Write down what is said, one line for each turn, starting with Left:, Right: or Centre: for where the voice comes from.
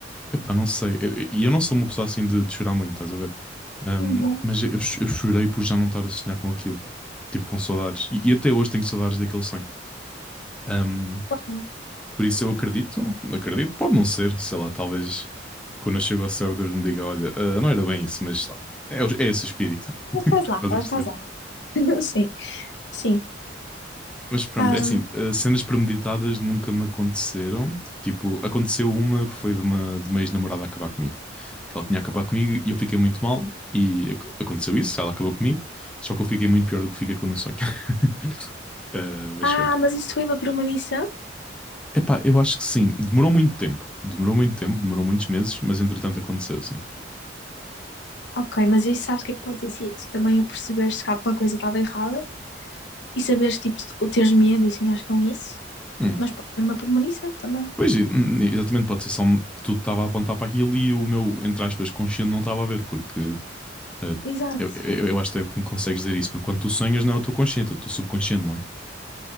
Centre: epá, não sei. E Eu- E eu, não sou uma pessoa assim de, de chorar muito, estás a ver? Um,
Left: Uhum.
Centre: mas eu, eu chorei por já não estar a sonhar com aquilo. Tipo, com saudades. E, e até hoje tenho saudades daquele sonho. Um,
Left: Uau.
Centre: Por isso eu acredito, acredito, pode não ser, sei lá, talvez quando eu chego ao céu Deus me diga, olha, ah, não era bem isso, mas é, o- é esse o espírito, <laughs>
Left: Estavas
Centre: estás
Left: quase lá, estavas
Centre: a perceber?
Left: quase lá. <laughs> Sim, sim.
Centre: Mas pronto,
Left: Ahm,
Centre: é assim, ah, cenas premeditadas nunca me aconteceram. Tipo, aconteceu uma que foi de uma, de uma ex-namorada acabar comigo. Que ela tinha acabado comigo e eu fiquei muito mal e ac- aconteceu isso, ela acabou comigo, só que eu fiquei muito pior do que fiquei com o sonho. <laughs> Ah, mas
Left: Ah,
Centre: pronto.
Left: mas isso foi uma premonição?
Centre: Epá, eu acho que sim, demorou muito tempo, demorou muito tempo, demorou muitos meses, mas entretanto aconteceu, sim.
Left: Ok, mas isso sabes o que é que pode ter sido? Também a perceberes que alguma coisa estava errada e saberes, tipo, o teres medo e sonhares com isso.
Centre: Hum.
Left: Mas pode ser uma premonição também.
Centre: Pois, e- hum, exatamente, pode ser só um- tudo estava a apontar para aquilo e o meu, entre aspas, consciente não estava a ver, porque eh,
Left: Exato.
Centre: eu, eu, eu acho até que me consegues dizer isso, porque quando tu sonhas não é o teu consciente, é o teu subconsciente, não é?